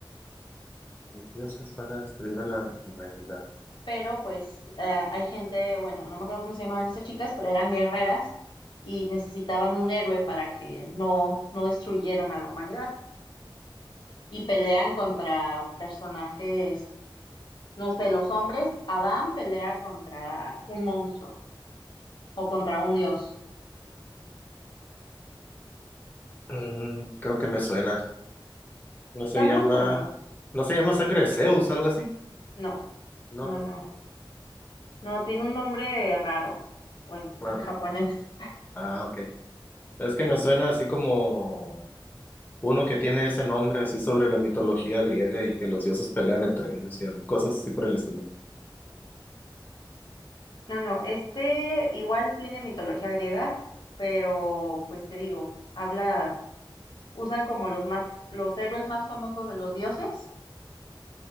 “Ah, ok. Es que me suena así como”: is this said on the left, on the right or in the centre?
Left